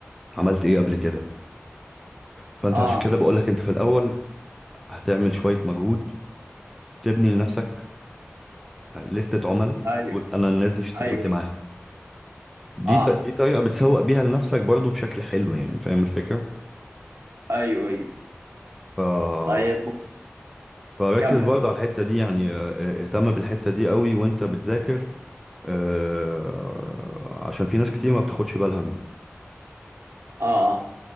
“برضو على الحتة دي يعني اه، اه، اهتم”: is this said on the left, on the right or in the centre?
Centre